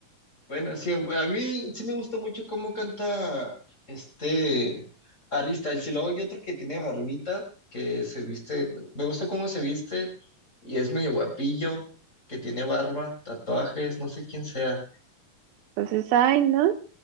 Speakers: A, on the left (about 20°); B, on the right (about 85°).
A: bueno, sí, a mí sí me gusta mucho cómo canta este Harry Styles. Y si luego hay otro que tiene barbita, que se viste, me gusta cómo se viste y es medio guapillo, que tiene barba, tatuajes, no sé quién sea.
B: Entonces, ay, ¿no?